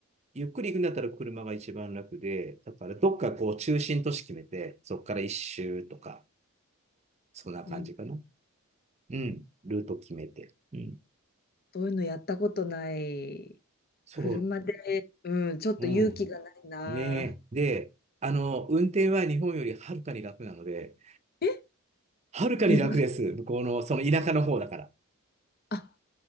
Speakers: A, on the right (about 30°); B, on the left (about 45°).
A: ゆっくり行くんだったら車が一番楽で、だからどっかこう中心都市決めて、そっから一周とか、そんな感じかな。
B: い。いいな
A: うん。ルート決めて。うん。
B: そういうのやったことない。
A: そう。
B: 車で、うん、ちょっと勇気がないな。
A: うん。ねえ。で、あの、運転は日本よりはるかに楽なので、
B: え
A: はるかに楽です。
B: 意外。
A: 向こうの、その田舎の方だから。
B: あ、